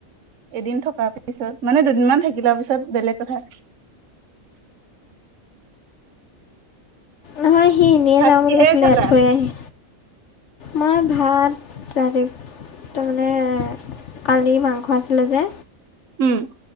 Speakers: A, on the right (about 65°); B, on the left (about 60°).
A: এদিন থকাৰ পিছত, মানে দুদিন মান থাকি লোৱা পিছত বেলেগ কথা।
B: নহয়, সি এনেই
A: ভাত
B: যাওঁ বুলি
A: কিহেৰে
B: কৈছিলে,
A: খালা?
B: থৈ আহি। মই ভাত, ৰাতিপুৱা তাৰমানে, কালি মাংস আছিলে যে
A: উম।